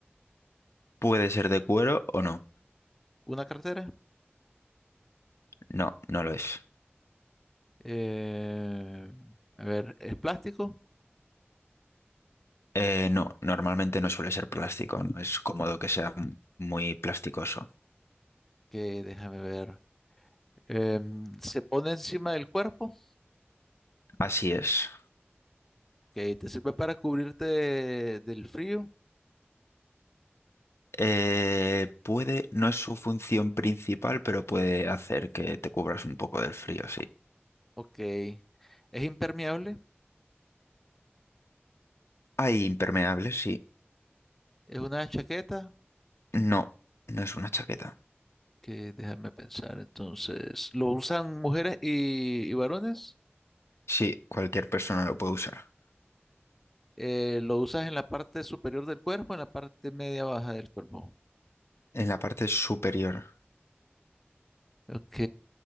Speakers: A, on the left; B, in the centre.
A: Puede ser de cuero o no.
B: ¿Una cartera?
A: No, no lo es.
B: Eh, a ver, ¿es plástico?
A: Eh, no, normalmente no suele ser plástico. No es cómodo que sea m- muy plasticoso.
B: Que déjame ver. Em, ¿se pone encima del cuerpo?
A: Así es.
B: Que te sirve para cubrirte del frío.
A: Eh, puede, no es su función principal, pero puede hacer que te cubras un poco del frío, sí.
B: Ok. Es impermeable.
A: Hay impermeables, sí.
B: Es una chaqueta
A: No, no es una chaqueta.
B: que déjame pensar. Entonces, ¿lo usan mujeres y, y varones?
A: Sí, cualquier persona lo puede usar.
B: Eh, ¿lo usas en la parte superior del cuerpo, en la parte media baja del cuerpo?
A: En la parte superior.
B: Ok.